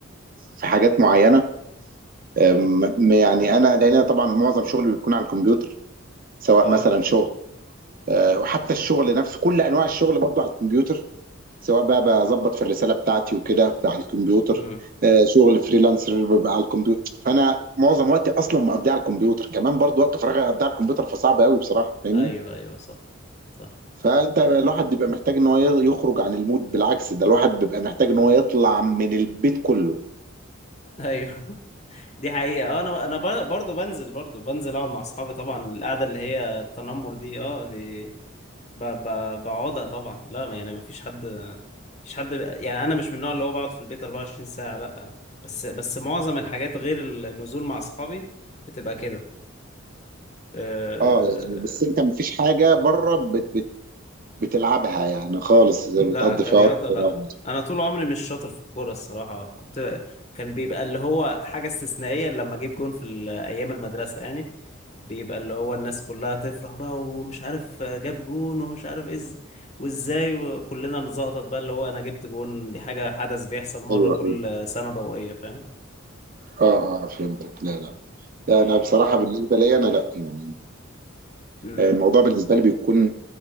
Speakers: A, on the right; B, on the left.
A: في حاجات معينه أم- يعني انا لان أنا طبعا معظم شغلي بيكون على الكمبيوتر سواء
B: اه
A: مثلا شغل أه، وحتى الشغل نفسه كل انواع الشغل برضو على الكمبيوتر سواء بقى بظبط في الرساله بتاعتي وكده على الكمبيوتر
B: امم
A: أه، شغل فريلانسر بيبقى على الكمبيوتر فانا معظم وقتي اصلا مقضيه على الكمبيوتر كمان برضو وقت فراغي اقضيه على الكمبيوتر فصعب قوي بصراحه فاهمني
B: ايوه ايوه صح صح
A: فانت الواحد بيبقى محتاج ان هو يخرج عن المود بالعكس ده الواحد بيبقى محتاج ان هو يطلع من البيت كله
B: ايوه <laughs> دي حقيقة اه انا انا بر- برضو بنزل برضو بنزل اقعد مع اصحابي طبعا القعدة اللي هي التنمر دي اه دي ب- ب- بقعدها طبعا لا ما- يعني مفيش حد مفيش حد يعني انا مش من النوع اللي هو بقعد في البيت 24 ساعة لا بس بس معظم الحاجات غير النزول مع اصحابي بتبقى كده أه
A: اه يعني بس انت مفيش حاجه بره بت بت بتلعبها يعني خالص بتقضي
B: لا كرياضة
A: فيها وقت فراغ.
B: لا أنا طول عمري مش شاطر في الكورة الصراحة كنت كان بيبقى اللي هو حاجة استثنائية لما أجيب جون في ال- أيام المدرسة يعني بيبقى اللي هو الناس كلها تفرح بقى ومش عارف جاب جون ومش عارف إز وإزاي وكلنا نزقطط بقى اللي هو أنا جبت جون دي حاجة حدث بيحصل مرة
A: ايوه
B: كل
A: ايوه
B: سنة ضوئية فاهم
A: اه اه فهمتك لا لا لا،
B: اه
A: انا بصراحه بالنسبه لي انا لا يعني
B: امم
A: الموضوع بالنسبه لي بيكون